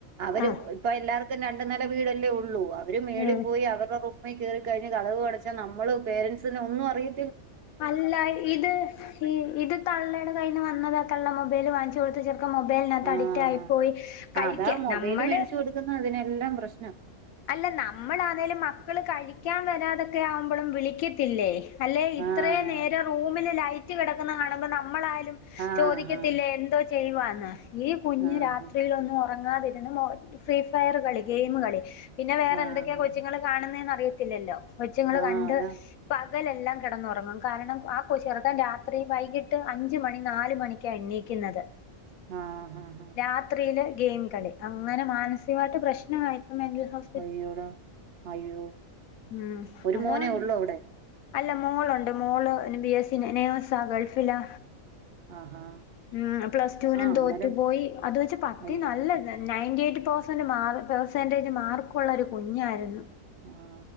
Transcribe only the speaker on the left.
ആഹ്
ആഹ്
അല്ല ഇത് ഇത് തള്ളയുടെ കയിൽന്ന് വന്നതാ തള്ള മൊബൈല് വാങ്ങിച്ച് കൊടുത്ത് ചെറുക് മൊബൈലിനകത്ത്
അഡിക്റ്റ് ആയി പോയി കഴിക്ക
നമ്മള്
അല്ല നമ്മളാന്നേലും മക്കള് കഴി ക്കാൻ വരാതൊക്കെ ആവുമ്പോഴും വിളിക്കത്തില്ലേ അല്ലേ ഇത്രേം
നേരം റൂമില് ലൈറ്റ് റ്റ് കിടക്കുന്ന കാണുമ്പോ നമ്മളായ
ചോദിക്കത്തില്ലേ എന്തോ ചെയ്യുവാന്ന് ന്ന് ഈ കുഞ്ഞ്
രാത്രിയിൽ ഒന്ന് ഒ ഉറങ്ങാതിരുന്ന ഫ്രീ ഫയറുകളി ഗെയിമ് കളി പിന്നെ വേറെ
എന്തൊക്കെയാ കൊച്ചിൾ കാണുന്നെ അറി തിന്നെല്ലെ കൊച്ചങ്ങള്
കണ്ട്
പകലെല്ലാം കിടന്നുറങ്ങും കാരണം ആ കൊ ചെറുക്കാൻ രാത്രി വൈകിട്ട് അഞ്ച് മണി നാല് മണിക്കാ എണ്ണീക്കുന്നത്
രാത്രിയില് ഗെയിം കളി അങ്ങനെ മാനസികമായിട്ട് പ്രശ്നം ആയപ്പം മെന്റൽ ഹോസ്
ഉം
അതാ
അല്ല മോളുണ്ട് മോള് ബി എസി നെ നെയ്സാ ഗൾഫിലാ
ഉം പ്ലസ്ടുനും
തോറ്റു
പോയി അത് വെച്ച് പത്തിൽ
നല്ല നയന്റീറ്റു പെസന്റ് മാർ പെർസെന്റേജ് മാർക ഉള്ളൊരു കുഞ്ഞായിരുന്നു